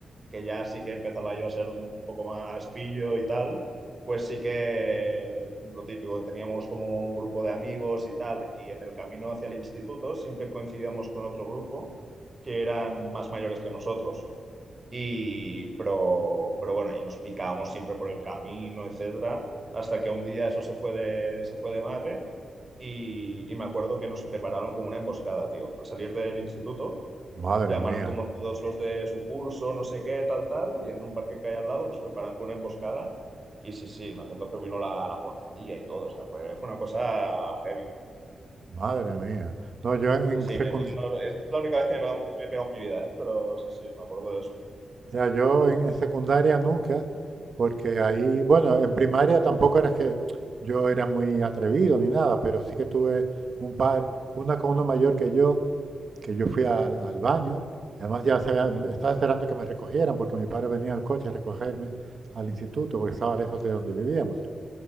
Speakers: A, on the right (about 30°); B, on the right (about 50°).
A: que ya sí que empezaba yo a ser un poco más pillo y tal, pues sí que lo típico, que teníamos como un grupo de amigos y tal, y en el camino hacia el instituto siempre coincidíamos con otro grupo que eran más mayores que nosotros. Y, pero, pero bueno, y nos picábamos siempre por el camino, etcétera, hasta que un día eso se fue de, se fue de madre. Y, y me acuerdo que nos prepararon como una emboscada, tío. Al salir del instituto,
B: Madre
A: Llamaron
B: mía,
A: como todos los de su curso, no sé qué, tal, tal, y en un parque que hay al lado nos preparan con una emboscada. Y sí, sí, me acuerdo que vino la, la policía y todo, o sea, fue, fue una cosa heavy.
B: madre mía. No, yo en
A: Sí, sí,
B: secundaria,
A: mira que yo no- es, es la única vez que me he pegado, me he pegado en mi vida, ¿eh? Pero sí, sí, me acuerdo de eso.
B: ya yo en, en secundaria nunca, porque ahí, bueno, en primaria tampoco era que yo era muy atrevido ni nada, pero sí que tuve un par, una con uno mayor que yo, que yo fui al, al baño. Además ya se había-
A: ¿Vale?
B: estaba esperando que me recogieran porque mi padre venía al coche a recogerme al instituto porque estaba lejos de donde vivíamos.